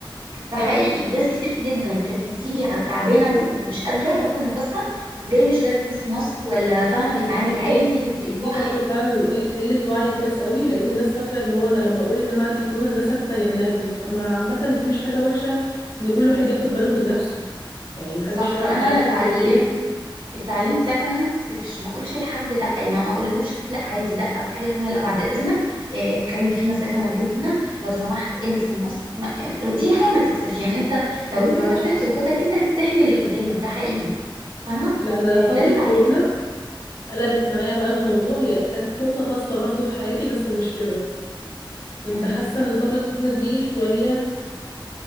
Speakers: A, on the left; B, on the right.
A: صح
B: ده حقيقي ناس كتير جدا كانت بتيجي ع- تعبانه و- ومش قادره تاخد نفسها وجاي مش لابس ماسك ولا فاهمه بيتعامل
A: ما دي
B: عادي
A: قلة
B: وبيكح
A: دي برضو فعلا قل- قلة وعي كويس قوي ولقيت إن الناس فاكرة ان هو انا لما اقول ان انا عندي كورونا الناس هتتجنبني طب ما عامة دي مش حاجة وحشة ان كل واحد ياخد باله من نفسه يعني محدش
B: صح
A: يعرف
B: فانا
A: حياة
B: اتعلمت
A: حد فيه ايه
B: اتعلمت ساعتها ان انا ما اتكسفش ما اقولش لحد لا أي ما ما اقولوش لا عادي لا في حاجه اسمها لا بعد
A: بالظبط،
B: اذنك إيه خلي في مسافه ما بيننا لو سمحت البس الماسك ما- آه، دي حاجه ما تكسفش يعني انت لو
A: ما تزعلش
B: انت خدت
A: حد
B: احتياطاتك انت هتحمي اللي قدامك ده حقيقي فاهمه
A: لا انا
B: آه،
A: فترة
B: ده اللي اتعلمته
A: كورونا قلبت معايا بقى الموضوع هي كانت نقطة فاصلة برضو في حياتي بس مش كده كنت
B: مهم.
A: حاسة ان فترة كورونا دي شوية